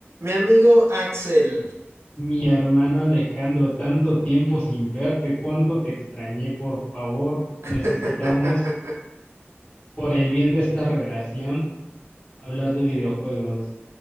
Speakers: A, on the right (about 85°); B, on the left (about 20°).
A: Mi amigo Axel.
B: Mi hermano Alejandro, tanto tiempo sin verte, cuánto te extrañé, por favor,
A: <laughs>
B: necesitamos, por el bien de esta relación, hablar de videojuegos.